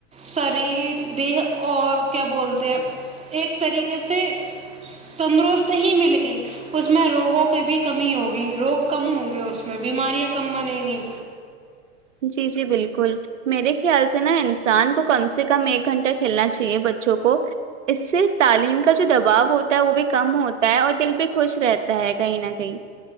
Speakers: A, on the right; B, on the right.
A: شریر دیہ اور کیا بولتے ہیں ایک طریقے سے تندرست ہی مل گی اس میں روگوں کی بھی کمی ہو روگ کم ہوں گے اس میں بیماریاں کم بنیں گی
B: جی جی بلکل میرے خیال سے نا انسان کو کم سے کم ایک گھنٹہ کھیلنا چاہیے بچوں کو اس سے تعلیم کا جو دباؤ ہوتا ہے وہ بھی کم ہوتا ہے اور دل بھی خوش رہتا ہے کہیں نہ کہیں